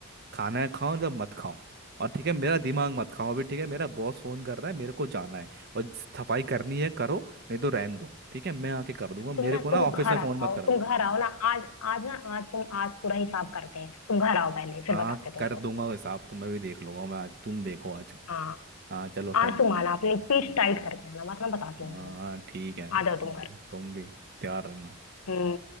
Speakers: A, on the right; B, on the left.
A: खाना है खाओ ना मत खाओ और ठीक है मेरा दिमाग मत खाओ अभी ठीक है मेरा बॉस फोन कर रहा है मेरे को जाना है और सफाई करनी है करो नहीं तो रहन दो ठीक है मैं आके कर दूंगा मेरे
B: तुम ना
A: को ना
B: तुम
A: ऑफिस
B: घर
A: में फोन
B: आओ
A: मत कराओ
B: तुम घर आओ ना आज आज ना आज तुम आज पूरा हिसाब करते हैं तुम घर आओ पहले
A: हाँ
B: फिर बताते
A: कर
B: तुमको
A: दूंगा हिसाब तुम्हें भी देख लूंगा मैं आज तुम देखो आज
B: हाँ
A: हाँ चलो
B: आंसू
A: फोन रखो
B: माना आपने पीठ टाइट करके आना वरना बताती
A: हाँ
B: हूँ तुमको
A: ठीक है
B: आ
A: तुम
B: जाओ तुम
A: भी
B: घर
A: तुम भी तैयार रहना
B: हम्म